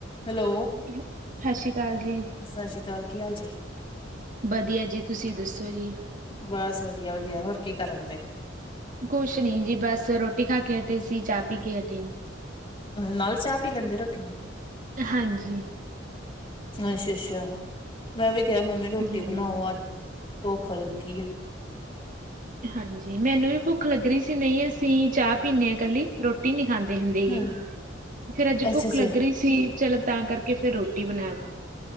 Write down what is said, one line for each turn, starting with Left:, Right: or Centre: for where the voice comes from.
Left: Hello
Right: ਸਤਿ ਸ਼੍ਰੀ ਅਕਾਲ ਜੀ,
Left: ਸਤਿ ਸ਼੍ਰੀ ਅਕਾਲ। ਕੀ ਹਾਲ ਚ?
Right: ਵਧੀਆ ਜੀ ਤੁਸੀਂ ਦੱਸੋ ਜੀ?
Left: ਬਸ ਵਧੀਆ ਵਧੀਆ ਹੋਰ ਕੀ ਕਰਨ ਤੇ
Right: ਕੁਛ ਨੀ ਜੀ ਬਸ ਰੋਟੀ ਨਾਕੇ ਹਟੇ ਸੀ ਚਾ ਪੀ ਕੇ ਹਟੇ
Left: ਨਾਲ ਚਾਹ ਪੀ ਲੈਂਦੇ ਰੋਟੀ ਦੇ
Right: ਹਾਂਜੀ।
Left: ਅੱਛਾ-ਅੱਛਾ ਮੈਂ ਵੀ ਕਿਹਾ ਮੰਮੀ ਰੋਟੀ
Right: ਹਾਂਜੀ।
Left: ਬਣਾਓ ਅੱਜ ਭੁਖ ਲੱਗੀ ਹੈ।
Right: ਹਾਂਜੀ ਮੈਨੂੰ ਵੀ ਭੁੱਖ ਲੱਗ ਰਹੀ ਸੀ ਨਹੀਂ ਅਸੀਂ ਚਾਹ ਪੀਨੇ ਆ ਇਕੱਲੀ ਰੋਟੀ ਰੋਟੀ ਨਹੀਂ ਖਾਂਦੇ ਹੁੰਦੇ
Left: ਹੂੰ
Right: ਗੇ ਫੇਰ ਅੱਜ
Left: ਅੱਛਾ-ਅੱਛਾ
Right: ਭੁੱਖ ਲੱਗ ਰਹੀ ਸੀ। ਚਲੋ ਤਾਂ ਕਰਕੇ ਫਿਰ ਰੋਟੀ ਬਣਾਣੀ।